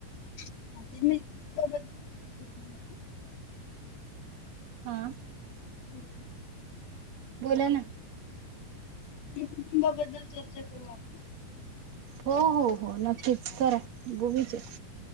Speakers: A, on the left; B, on the right.
A: <inaudible> तुम्हाला.
B: हा.
A: <inaudible>
B: बोला ना?
A: कुटुंबाबद्दल चर्चा करू आपण.
B: हो हो हो नक्कीच करा. बोलुचे.